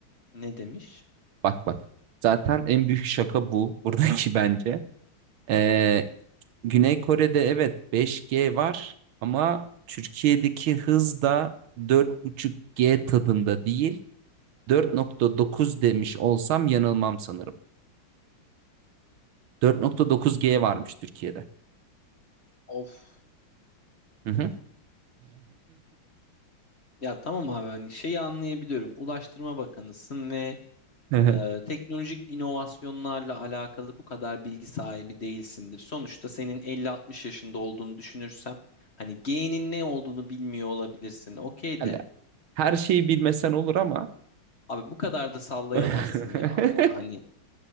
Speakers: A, on the left; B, on the right.
A: Ne demiş?
B: Bak bak. Zaten en büyük şaka bu buradaki <laughs> bence. Ee, Güney Kore'de evet 5G var ama Türkiye'deki hız da 4.5G tadında değil. 4.9 demiş olsam yanılmam sanırım. 4.9G varmış Türkiye'de.
A: Of.
B: Hı hı.
A: Ya tamam abi hani şeyi anlayabiliyorum. Ulaştırma Bakanısın ve
B: <laughs>
A: e, teknolojik inovasyonlarla alakalı bu kadar bilgi sahibi değilsindir. Sonuçta senin 50-60 yaşında olduğunu düşünürsem hani G'nin ne olduğunu bilmiyor olabilirsin. Okey
B: Hani
A: de
B: her şeyi bilmesen olur ama
A: abi bu kadar da sallayamazsın
B: <laughs>
A: ya ama hani